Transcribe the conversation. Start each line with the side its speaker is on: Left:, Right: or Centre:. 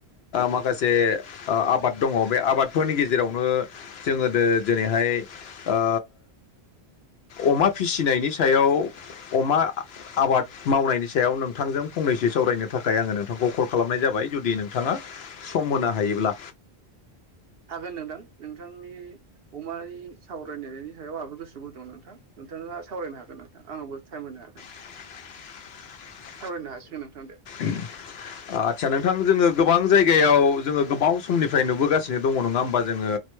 Left: माखासे आबाद दङ बे आबादफोरनि गेजेरावनो जोङो जेरैहाय ओ अमा फिसिनायनि सायाव अमा आबाद मावनायनि सायाव नों नोंथांजों फंनैसो सावरायनो थाखाय आङो नोंथांखौ कल खालामनाय जाबाय जुदि नोंथाङा सम होनो हायोब्ला।
Right: हागोन नोंथां, नोंथांनि अमानि सावरायनायनि सायाव आहाबो गोसो गुद दं नोंथां। नोंथाङा सावरायनो हागोन नोंथां। आंनबो टाइम होनो हागोन।
Left: <unintelligible>
Right: सावरायनो हासिगोन नोंथां दे।
Left: उम आच्चा नोंथां जोङो गोबां जायगायाव जोङो गोबाव समनिफ्राय नुबोगासिनो दङ नङा होमबा जोङो